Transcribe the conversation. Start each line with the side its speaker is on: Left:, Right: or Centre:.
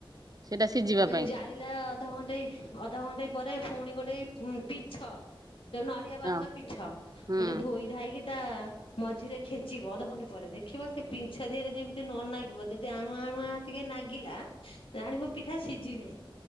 Right: ସେଇଟା ସିଝିବା
Left: ଏଇ
Right: ପାଇଁ
Left: ଜାଳିଲା ଅଧଘଣ୍ଟେଇ ଅଧଘଣ୍ଟେ ପରେ ଫୁଣି ଗୋଟେ ପିଞ୍ଛ ଯୋଉ ନଡ଼ିଆ ବାଉଙ୍କା
Right: ହଁ
Left: ପିଞ୍ଛ
Right: ହୁଁ
Left: ଗୋଟେ ଧୋଇ ଧାଇକି ତା ମଝିରେ ଖେଞ୍ଚିବ ଅଧଘଣ୍ଟେ ପରେ ଦେଖିବ ସେ ପିଞ୍ଛ ଦିହରେ ଯେମିତି ନ ନାଗିବ ଯଦି ଆଣୁଆ ଆଣୁଆ ଟିକେ ନାଗିଲା ଜାଣିବ ପିଠା ସିଜି ନେହିଁ।